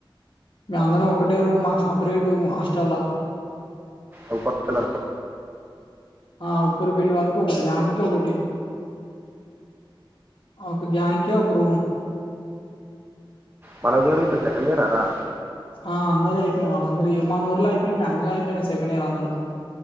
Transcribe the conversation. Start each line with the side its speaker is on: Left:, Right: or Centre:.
Left: మ అందరం ఒకటే రూమ్ మాకు సపరేట్ హాస్టల్
Right: అప చల
Left: ఆ ఉప్పురి పెల్లి వారికి ఒకటి దానికి ఒకటి ఒక గ్యాంకే ఒక రూమ్
Right: మళ్ జోడ ఇతే సెకండ్ ఇయర్ అదా
Left: ఆ అందర అయిపోయి వాళ్ళ అందర మన ఊర్లో అయిపోయింది మ్యాయాక్సిమం అయిపోయినా సెకండ్ ఇయర్ అందరుూ